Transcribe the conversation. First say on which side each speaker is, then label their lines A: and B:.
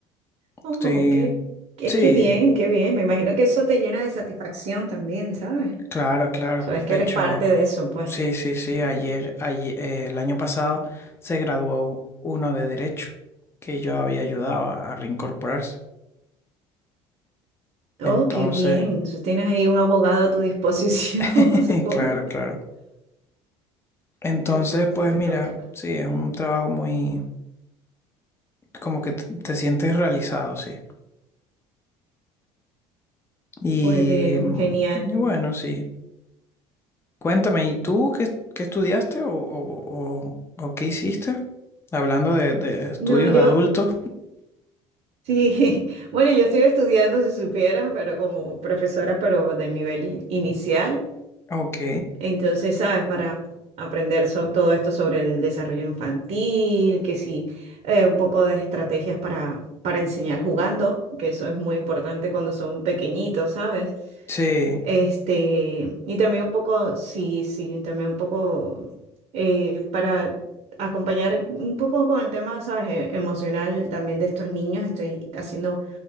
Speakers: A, on the right (about 55°); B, on the left (about 20°).
A: Oh,
B: Estoy,
A: qué, qué,
B: sí,
A: qué bien, qué bien. Me imagino que eso te llena de satisfacción también, ¿sabes?
B: claro, claro.
A: Sabes que
B: De
A: eres
B: hecho,
A: parte de eso, pues.
B: sí,
A: <laughs>
B: sí, sí. Ayer, ayer, eh, el año pasado se graduó uno de Derecho que yo había ayudado a, a reincorporarse. Entonces,
A: Oh, qué bien. Entonces, Tienes ahí un abogado a tu disposición, <laughs>
B: <laughs>
A: supongo,
B: claro, claro. Entonces,
A: si te,
B: pues
A: si te
B: mira,
A: toca.
B: sí, es un trabajo muy, como que te te sientes realizado, sí. Y,
A: Pues bien,
B: mm,
A: genial.
B: y bueno, sí. Cuéntame, ¿y tú qué, qué estudiaste o, o- o- o qué hiciste? Hablando de, de estudios
A: No, yo,
B: de adultos.
A: sí, <laughs> bueno, yo estoy estudiando, si supieras, pero como profesora, pero de nivel inicial.
B: Ok,
A: Entonces, ¿sabes? Para aprender so- todo esto sobre el desarrollo infantil, que sí, eh, un poco de estrategias para, para enseñar jugando, que eso es muy importante cuando son pequeñitos, ¿sabes?
B: sí.
A: Este, y también un poco, sí, sí, también un poco eh, para acompañar un poco con el tema, ¿sabes? e- emocional también de estos niños. Estoy haciendo